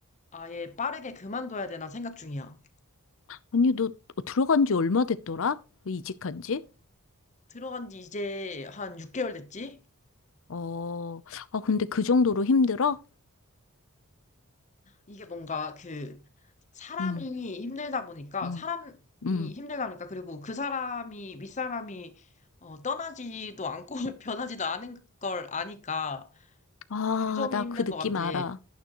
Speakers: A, on the left (about 30°); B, on the left (about 60°).
A: 아예 빠르게 그만둬야 되나 생각 중이야.
B: 아니, 너 들어간 지 얼마 됐더라? 이직한 지?
A: 들어간 지 이제 한 6개월 됐지?
B: 어, 아, 근데 그 정도로 힘들어?
A: 이게 뭔가 그 사람이
B: 음,
A: 힘들다 보니까
B: 음,
A: 사람이 힘들다
B: 음.
A: 보니까 그리고 그 사람이 윗사람이 어, 떠나지도 않고 <laughs> 변하지도 않은 걸 아니까
B: 아,
A: 그 점이
B: 나
A: 힘든
B: 그 느낌
A: 것 같아.
B: 알아.